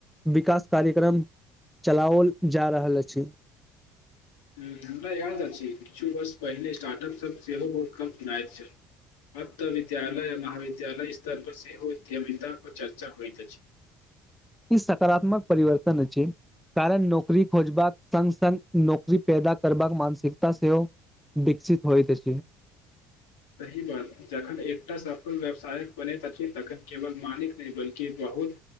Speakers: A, in the centre; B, on the left.
A: विकास कार्यक्रम चलाओल जा रहल अछि
B: ह हमरा याद अछि किछु वर्ष पहिनेे स्टार्टअपसभ सेहो बहुत कम सुनायइत छल अ त विद्यालय य महाविद्यालय स्तर पर सेहो उ्यमता पर चर्चा होइत अछि
A: ई सकारात्मक परिवर्तन छै कारण नौकरी खोजबाक सङ् सङ्ग नौकरी पैदा करबाक मानसिकता सेहो विकसित होइ त छै
B: सही बात जखन एकटा सफल व्यवसायक बने तखन तखन केवल मालिक नहि बल्कि ब ल